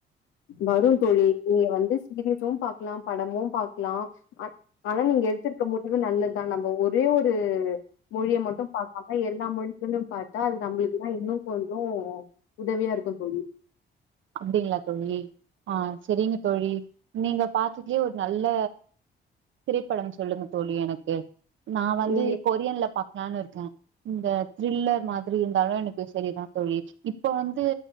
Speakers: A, on the left; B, on the right.
A: வரு தோழி நீங்க வந்து சீரியஸும் பாக்கலா படமும் பாக்கலா ஆ ஆனா நீங்க எடுத்துருக்க முடிவு நல்லத்தா நம்ம ஒரே ஒரு மொழியை மட்டு பா ஆக எல்லா மொழிகளு பாத்தா அது நம்மளுக்கு தா இன்னு கொஞ்சோ உதவியாருக்கு தோழி
B: அப்டிங்களா தோழி ஆ செரிங்க தோழி நீங்க பாத்ததுல்லயே ஒரு நல்ல திரைப்படம் சொல்லுங்க தோழி எனக்கு நா வந்து
A: நீங்க
B: கொரியன்ல பாக்கலான்னு இருக்கே இந்த த்ரில்லர் மாரி இருந்தாலு எனக்கு செரிதா தோழி இப்ப வந்து